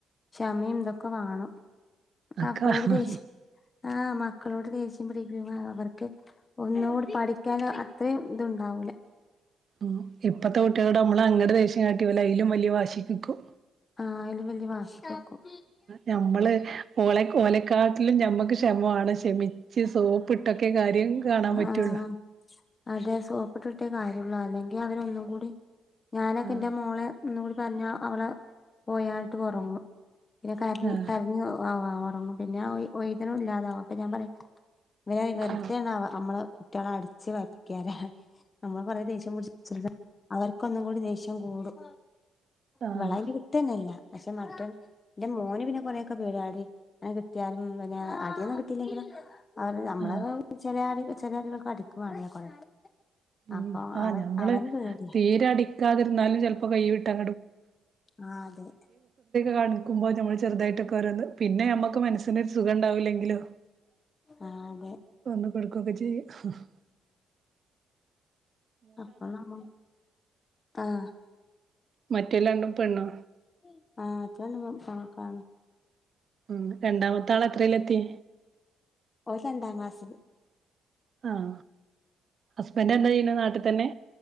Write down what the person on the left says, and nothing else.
ക്ഷമയും ഇതൊക്കെ വാണം
മക്കളോട്
ദേഷ്യ ആഹ് മക്കളോട് ദേഷ്യം പിടിക്കുമ്പോ അവർക്ക് ഒന്നോട് പഠിക്കാന് അത്രേം ഇത്ണ്ടാവൂലാ
ആഹ് അയ്ലും വെല്ല്യ വാശിക്ക് നിക്കും.
ആഹ് അതെ സോപ്പിട്ട്ട്ടെ കാര്യള്ളൂ അല്ലെങ്കി അവര് ഒന്നും കൂടി ഞാനൊക്കെ
ഇന്റെ മോളെ ഒന്ന് കൂടി പറഞ്ഞാ അവളാ പോയാട്ട് ഒറങ്ങു. പിന്നെ കരഞ്ഞു
കരഞ്ഞ് ആഹ് ഒറങ്ങും പിന്നെ ആ ഒയ്ത്ണോ ഇല്ലാതാവു അപ്പൊ ഞാ പറയു ഇവരെ വെറുതെ
ആണ് അമ്മള് കുട്ട്യേളെ അടിച്ച് വയ്‌പ്പിക്കാര അമ്മള് കൊറേ ദേഷ്യം പിടിച്ച് <unintelligible> അവർക്കൊന്നും കൂടി ദേഷ്യം കൂടും
ഇവളയ്ന് കിട്ടന്നെല്ലാ പഷെ മറ്റോൻ ഇന്റെ മോന് പിന്നെ കൊറെ ഒക്കെ പേട്യാടി അങ്ങനെ കിട്ട്യാലും പിന്നെ അടി ഒന്നും കിട്ടീല്ലെങ്കിലു ഓര് നമ്മളെ
ചെല ആള്കൾ ചേലോരോക്കെ അടിക്കുവാണല്ലോ കൊറെ അപ്പൊ
അവൻ
അവന് പേടിയാ
ആഹ് അതെ
ആഹ തെ.
അപ്പ ന്നമ്മ ആഹ
<unintelligible> കാണ്.
ഓ ൻരണ്ടാ ക്ലാസില്.